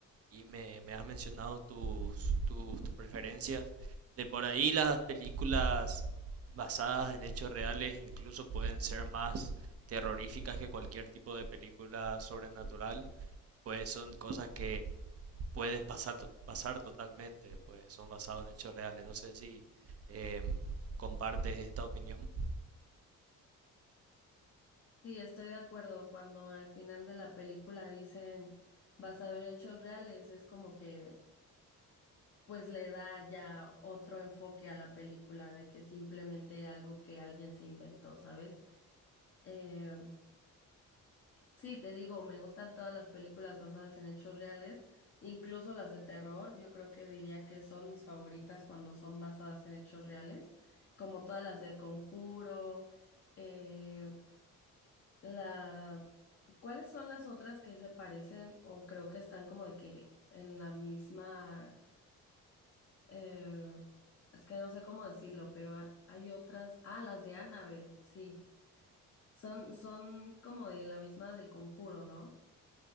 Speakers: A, on the right; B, on the left.
A: y me, me has mencionado tus, tus, tus preferencias, de por ahí las películas basadas en hechos reales incluso pueden ser más terroríficas que cualquier tipo de película sobrenatural, pues son cosas que pueden pasar, to- pasar totalmente, pues son basados en hechos reales. No sé si eh, compartes esta opinión.
B: Sí, estoy de acuerdo. Cuando al final de la película dicen basado en hechos reales, es como que pues le da ya otro enfoque a la película de que simplemente algo que alguien se inventó, ¿sabes? Eh, Sí, te digo, me gustan todas las películas basadas en hechos reales, incluso las de terror, yo creo que diría que son mis favoritas cuando son basadas en hechos reales, como todas las del Conjuro, eh, la... ¿Cuáles son las otras que se parecen o creo que están como de que en la misma... eh, es que no sé cómo decirlo, pero ha- hay otras... Ah, las de Annabelle, sí. Son, son como de la misma del Conjuro, ¿no?